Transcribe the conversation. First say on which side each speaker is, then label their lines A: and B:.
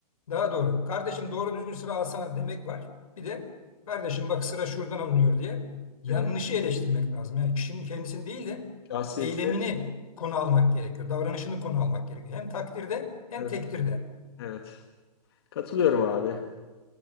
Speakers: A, on the left; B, on the left.
A: Daha doğru. Kardeşim doğru düzgün sıra alsana demek var. Bir de kardeşim bak sıra şuradan alınıyor diye yanlışı
B: Evet.
A: eleştirmek lazım. Yani kişinin kendisini değil de
B: Şahsiyetine
A: eylemini konu almak gerekiyor. Davranışını konu almak gerekiyor. Hem takdirde hem
B: evet.
A: tektirde.
B: Evet. Katılıyorum abi.